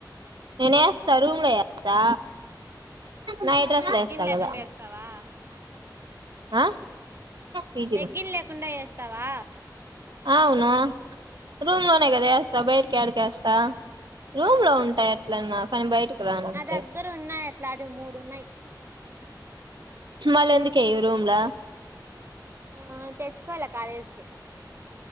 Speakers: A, on the right; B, on the right.
A: నేన్నేస్తా రూమ్ లో ఏస్తా నైట్ డ్రెస్సులు
B: లెగ్గిన్
A: వేస్తా
B: లేకుండా
A: కదా
B: వేస్తావా
A: ఆ పీజీలో
B: లగ్గిన్ లేకుండా వేస్త్ తావా
A: అవును రూమ్ లోనే కదా వేస్తా బయటికి ఏడీకి వేస్తా రూమ్ లో ఉంటాయి ఎట్లన్నా కాని బయటకు రానంతే
B: నా దగ్గర ఉన్నాయి అట్లాంటివి మూడు ఉన్నాయి
A: మళ్ళ ఎందుకే ఈరూమ్లా
B: ఆ తెచ్చుకోల కాలేజీకి